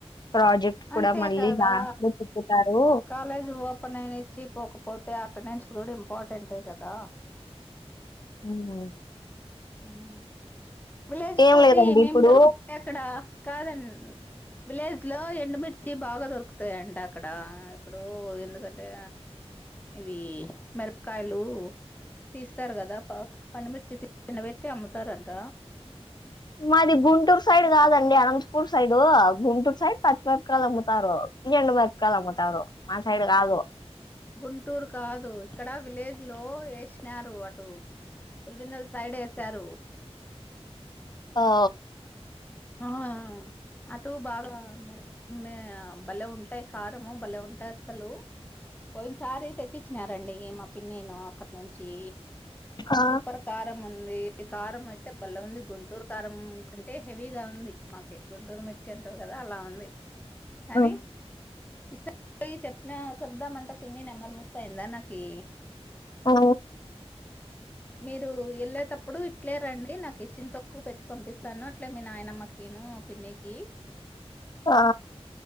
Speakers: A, on the left; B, on the left.
A: ప్రాజె క్ట్
B: అంతే
A: కూడా మళ్ళీ
B: కదా
A: లాస్ట్‌లో తిప్పుతారు
B: కాలేజ్ పో నెనేచ్చి పోకపోతే అటెనేన్స్ కూడా ఇంపార్టెంటే కదా
A: ఉమ్మ్
B: ఉమ్ విలేజ్‌కి
A: ఏం
B: పోతే
A: లేదండి
B: ఏమేమి
A: ఇప్పుడు
B: దొరుకు ఎక్కడ కాదం విలేజ్‌లో ఎ ఎండుమిర్చి బాగా దొరుకుతాయంట అక్కడ ఇప్పుడు ఎందుకంటే ఇవి మిరపకాయలు తీస్తారు కదా ప పండుమిర్చి తి <inaudible> నబెట్టి అమ్ముతారంట
A: మాది గుంటూరు సైడ్ కాదండి అనంతపూర్ సైడు గుంటూరు సైడ్ పచ్చిమిరపకాయలు అమ్ముతారు ఎండు మిరపకాయలు అమ్ముతారు మా సైడ్ కాదు
B: గుంటూరు కాదు ఇక్కడ విలేజ్‌లో ఎసినారు అటు పులివెందుల్ సైడ్ ఏశారు
A: ఆ
B: ఆ అటు బాగా మిర మే భలే ఉంటాయి కారము భలేె ఉంటాయి అస్సలు పోయిన సారి తెచ్చిచ్చినారండి మా పిన్నిను అక్కట్నుంచి
A: ఆ
B: సూపర్ కారం ఉంది కారం అయితే భలే ఉంది గుంటూరు కారం కంటే హెవీగా ఉంది మాకే గుంటూరు మిర్చి అంటారు కదా అలా ఉంది కానీ
A: ఆ
B: ఇసా <inaudible> చెప్న చెప్దామంటే పిన్ని నెంబర్ మిస్ అయిందా నాకి
A: ఆ
B: మీరు ఎళ్ళేతప్పుడు ఇట్లే రండి నాకి చింతొక్కు పెట్టి పంపిస్తాను అట్లే మీ నాయనమ్మకి ను పిన్నికి
A: ఆ